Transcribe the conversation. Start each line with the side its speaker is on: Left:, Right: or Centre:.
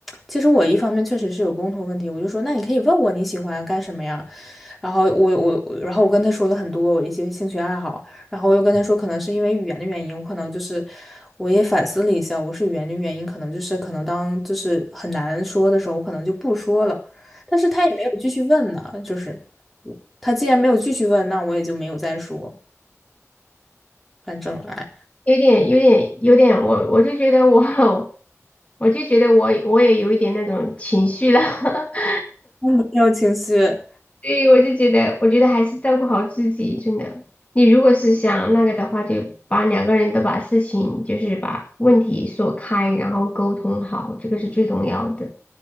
Centre: 其实我一方面确实是有共同问题，我就说那你可以问我你喜欢干什么呀，然后我我我然后我跟他说了很多我一些兴趣爱好，然后我又跟他说可能是因为语言的原因，我可能就是我也反思了一下，我是语言的原因，可能就是可能当就是很难说的时候，我可能就不说了。但是他也没有继续问呢，就是他既然没有继续问，那我也就没有再说，反正哎，
Left: 有点，有点，有点，我我就觉得我，<laughs> 我就觉得我我也有一点那种情绪了。<laughs>
Centre: 我没有情绪。
Left: 对，我就觉得，我觉得还是照顾好自己，真的。你如果是想那个的话，就把两个人都把事情，就是把问题说开，然后沟通好，这个是最重要的。